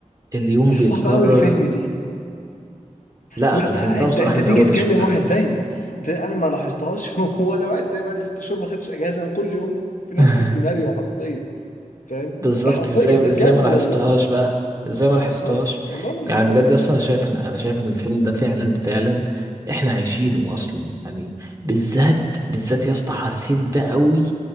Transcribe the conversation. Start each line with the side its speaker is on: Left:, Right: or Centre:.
Right: اليوم
Left: بس
Right: بيتكرر
Left: صعب قوي الفهم دي
Right: لا
Left: لا
Right: انا فهمتها
Left: انت
Right: بصراحة
Left: انت
Right: من
Left: تيجي
Right: اول
Left: تكلم
Right: ما شفتها
Left: واحد زيي انت- انا ما لاحظتهاش <laughs> وانا واحد زيي بقالي ست شهور ما خدتش اجازة وكل يوم في نفس
Right: <laughs>
Left: السيناريو حرفيا فاهم
Right: بالظبط
Left: ده حرفيا
Right: ازاي
Left: ده بجد
Right: ازاي ما لاحظتهاش
Left: والله
Right: بقى ازاي
Left: ما
Right: ما
Left: لاحظتهاش
Right: لاحظتهاش
Left: والله ما لاحظتها
Right: يعني بجد اصلا انا شايف ان انا شايف ان الفيلم ده فعلا فعلا احنا عايشينه اصلا يعني بالذات بالذات يا اسطى حسيت ده قوي